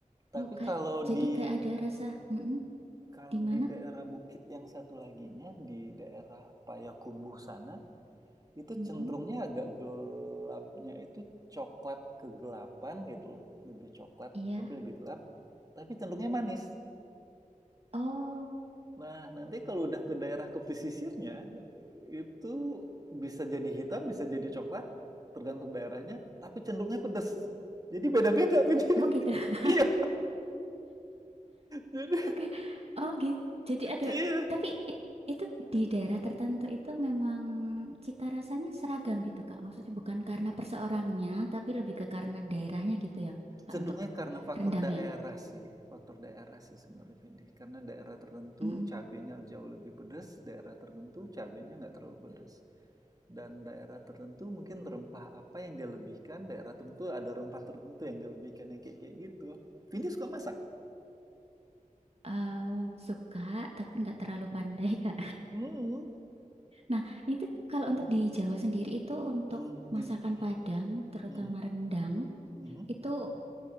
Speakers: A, on the right; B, on the right.
A: Tapi
B: Oh, kayak
A: kalau
B: jadi
A: di
B: kayak ada rasa mhm.
A: kalau
B: Di mana?
A: di daerah bukit yang satu laginya di daerah Payakumbuh sana itu
B: Mhm.
A: cenderungnya agak gelapnya itu coklat kegelapan gitu loh. Lebih coklat
B: Iya.
A: tapi lebih gelap, tapi cenderungnya manis.
B: Oh,
A: Nah, nanti kalau udah ke daerah ke pesisirnya itu bisa jadi hitam, bisa jadi coklat, tergantung daerahnya, tapi cenderungnya pedas. Jadi beda-beda <laughs>
B: oh gitu. <laughs>
A: Iya, jadi
B: Oke. Oh gitu. Jadi ada
A: iya.
B: tapi i- itu di daerah tertentu itu memang cita rasanya seragam gitu Kak. Maksudnya bukan karena perseorangnya, tapi lebih ke karena daerahnya gitu ya Kak
A: Cenderungnya
B: untuk
A: karena faktor
B: rendangnya.
A: daerah sih, faktor daerah sih sebenarnya Vindi. Karena daerah tertentu
B: Mhm.
A: cabenya jauh lebih pedas, daerah tertentu cabenya nggak terlalu pedas. Dan daerah tertentu mungkin rempah apa yang dia lebihkan, daerah tertentu ada rempah tertentu yang dia lebihkan yang kayak kayak gitu. Vindi suka masak?
B: Eh, suka tapi nggak terlalu pandai <laughs> Kak.
A: Hmm,
B: Nah, itu kalau untuk
A: hmm,
B: di Jawa sendiri itu untuk
A: hmm, di
B: masakan
A: Jember.
B: Padang, terutama
A: Hmm,
B: rendang,
A: hmm.
B: itu